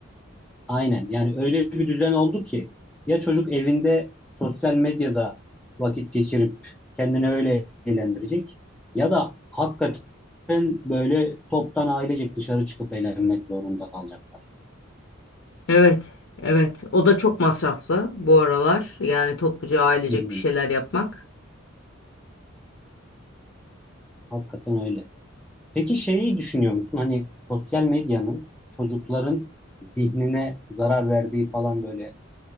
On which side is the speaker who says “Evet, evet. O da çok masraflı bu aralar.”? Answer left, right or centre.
Left